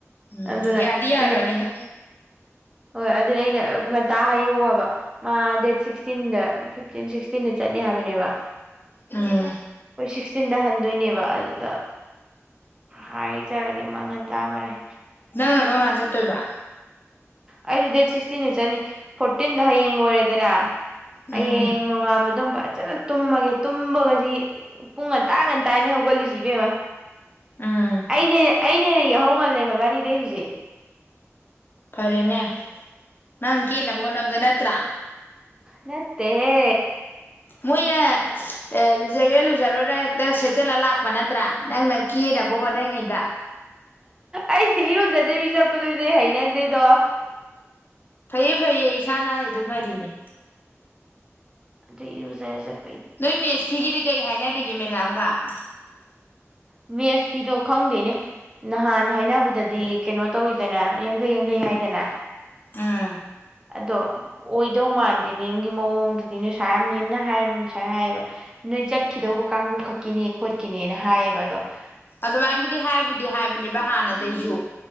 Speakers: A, on the left; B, on the right.
A: ꯎꯝ
B: ꯑꯗꯨꯅ
A: ꯌꯥꯗꯤ ꯌꯥꯔꯛ
B: ꯑꯩꯅ
A: ꯀꯅꯤꯗ
B: ꯍꯣꯏ ꯑꯗꯨꯅ ꯑꯩꯅ ꯉꯟꯇꯥ ꯍꯥꯏꯍꯧꯕ ꯃꯥ ꯗꯦꯠ ꯁꯤꯛꯁꯇꯤꯟ ꯗ ꯐꯤꯞꯇꯤꯟ ꯁꯤꯛꯁꯇꯤꯟꯗ ꯆꯠꯅꯤ ꯍꯥꯏꯕꯅꯦꯕ
A: ꯎꯝ
B: ꯑꯣꯏ ꯁꯤꯛꯁꯇꯤꯟꯗ ꯍꯟ ꯑꯗꯨꯏꯅꯦꯕ ꯑꯗꯨꯗ ꯍꯥꯏꯖꯔꯅꯤ ꯃ ꯉꯟꯇꯥ ꯃꯥꯔꯦꯏ
A: ꯅꯪꯅ ꯀꯔꯝ ꯀꯥꯟ ꯆꯠꯇꯣꯏꯕ
B: ꯑꯩꯁꯨ ꯗꯦꯠ ꯁꯤꯁꯇꯤꯟꯗ ꯆꯠꯅꯤ ꯐꯣꯔꯇꯤꯟꯗꯣ ꯍꯌꯦꯡ ꯂꯣꯏꯔꯦꯗꯅ ꯍꯌꯦꯡ
A: ꯎꯝ
B: ꯅꯣꯡꯉꯥꯟꯕꯗꯣꯝ ꯐꯖꯅ ꯇꯨꯝꯃꯒꯦ ꯇꯨꯝꯃꯒꯁꯤ ꯄꯨꯡ ꯉꯟꯇꯥ ꯉꯟꯇꯥꯅꯦ ꯍꯧꯒꯠꯂꯤꯁꯤ ꯏꯕꯦꯝꯃ
A: ꯎꯝ
B: ꯑꯩꯅꯦ ꯑꯩꯅꯦ ꯍꯦꯟꯅ ꯌꯥꯎꯍꯧ ꯉꯜꯂꯦ ꯃꯣꯏꯕꯥꯅꯤꯗꯩ ꯍꯧꯖꯤꯛ
A: ꯐꯔꯦꯅꯦ ꯅꯪ ꯀꯦꯅꯕ ꯍꯣꯅꯕꯗ ꯅꯠꯇ꯭ꯔꯥ
B: ꯅꯠꯇꯦ ꯍꯦ
A: ꯃꯣꯏꯅ ꯂꯨꯖꯒꯦꯔ ꯂꯨꯖꯔꯣꯏꯔ ꯍꯦꯛꯇ ꯁꯦꯠꯆꯜꯂ ꯂꯥꯛꯄ ꯅꯠꯇ꯭ꯔꯥ ꯅꯪꯅ ꯀꯦꯅꯕ ꯍꯣꯠꯅꯔꯤꯉꯩꯗ
B: ꯑꯩꯁ ꯏꯔꯨꯖꯗꯕꯤ ꯆꯠꯄꯗꯨꯗꯤ ꯍꯩꯅ ꯗꯩꯗ <unintelligible>
A: ꯐꯩꯌꯦ ꯐꯩꯌꯦ ꯏꯁꯥ ꯅꯥꯟꯂꯤꯗꯣ ꯐꯔꯤꯅꯦ
B: ꯑꯗꯨ ꯏꯔꯨ ꯖꯔ ꯆꯠ
A: ꯅꯣꯏ ꯃꯦꯁꯁꯤꯒꯤꯗꯤ ꯀꯔꯤ ꯍꯥꯏꯅꯔꯤ ꯃꯦꯗꯥꯝꯒ <unintelligible>
B: ꯃꯦꯁ ꯐꯤꯗꯣ ꯈꯪꯗꯦꯅꯦ ꯅꯍꯥꯟ ꯍꯥꯏꯅꯕꯗꯗꯤ ꯀꯩꯅꯣ ꯇꯧꯋꯤꯗꯅ ꯌꯥꯡꯈꯩ ꯌꯥꯡꯈꯩ ꯍꯥꯏꯗꯅ
A: ꯎꯝ
B: ꯑꯗꯣ ꯑꯣꯏꯗꯧ ꯃꯥꯟ ꯃꯦꯝꯒꯤ ꯃꯑꯣꯡꯗꯨꯗꯤ ꯅꯣꯏ ꯁꯥ ꯃꯦꯝꯅ ꯍꯥꯏꯌꯦꯕ ꯁꯨꯃꯥꯏ ꯍꯥꯏꯌꯦꯕ ꯅꯣꯏ ꯆꯠꯈꯤꯗꯧꯕ ꯀꯥꯡꯕꯨ ꯈꯛꯀꯤꯅꯦ ꯈꯣꯠꯀꯤꯅꯦꯅ ꯍꯥꯏꯌꯦꯕ <unintelligible>
A: ꯑꯗꯨꯃꯥꯏꯅꯕꯨꯗꯤ ꯍꯥꯏꯕꯨꯗꯤ ꯍꯥꯏꯕꯅꯦꯕ ꯍꯥꯟꯅꯗꯩꯁꯨ